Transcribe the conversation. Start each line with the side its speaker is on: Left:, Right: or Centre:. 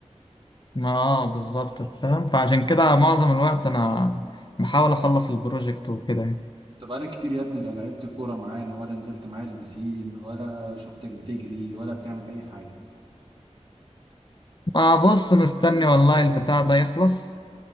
Left: ما اه بالظبط فاهم فعشان كده معظم الوقت انا بحاول اخلص البروجكت وكده يعني
Right: انت بقالك كتير يا ابني لا لعبت كوره معانا ولا نزلت معايا البسين ولا شفتك بتجري ولا بتعمل اي حاجه
Left: ما بص مستني والله البتاع ده يخلص